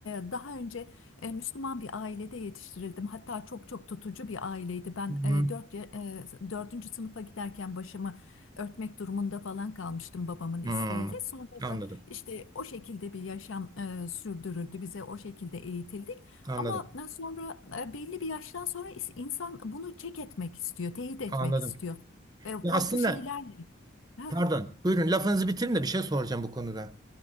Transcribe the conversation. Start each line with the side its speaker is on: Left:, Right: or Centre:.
Left: e, daha önce e, Müslüman bir ailede yetiştirildim. Hatta çok çok tutucu bir aileydi. Ben
Right: Hmm,
Left: e, dört, ya- e, dördüncü sınıfa giderken başımı örtmek durumunda falan kalmıştım babamın isteğiyle.
Right: hmm.
Left: Sonra
Right: Anladım.
Left: da işte o şekilde bir yaşam e, sürdürüldü. Bize o şekilde eğitildik.
Right: Anladım.
Left: Ama e, sonra e, belli bir yaştan sonra is- insan bunu çek etmek istiyor, teyit etmek
Right: Anladım.
Left: istiyor. E, farklı
Right: Ya aslında
Left: şeylerle. <laughs>
Right: pardon. Buyurun lafınızı bitirin de bir şey soracağım bu konuda.